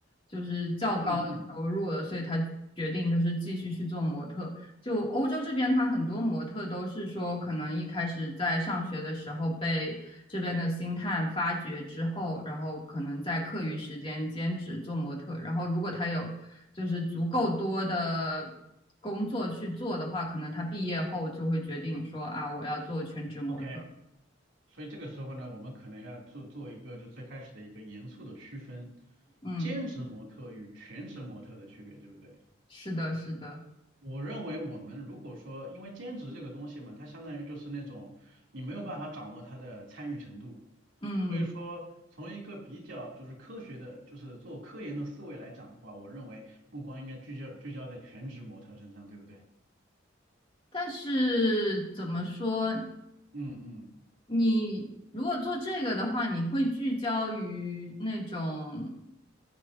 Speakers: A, on the left; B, on the right.
A: 就是较高的收入了，
B: 嗯嗯
A: 所以他决定就是继续去做模特。就欧洲这边，他很多模特都是说，可能一开始在上学的时候被这边的星探发掘之后，然后可能在课余时间兼职做模特，然后如果他有就是足够多的工作去做的话，可能他毕业后就会决定说啊，我要做全职模特。
B: ，OK。所以这个时候呢，我们可能要做做一个就最开始的一个严肃的区分，
A: 嗯，
B: 兼职模特与全职模特的区别，对不对？
A: 是的，是的，
B: 我认为我们如果说，因为兼职这个东西嘛，它相当于就是那种你没有办法掌握它的参与程度，
A: 嗯，
B: 所以说从一个比较就是科学的，就是做科研的思维来讲的话，我认为目光应该聚焦聚焦在全职模特身上，对不对？
A: 但是怎么说
B: 嗯嗯
A: 你？如果做这个的话，你会聚焦于那种